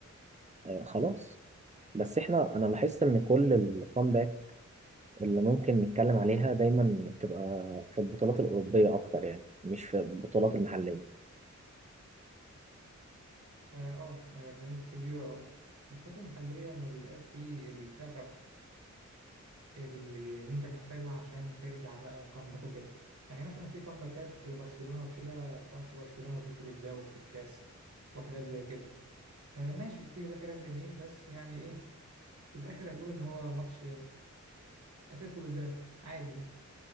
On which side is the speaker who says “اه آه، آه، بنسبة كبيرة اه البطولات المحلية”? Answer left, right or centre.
Right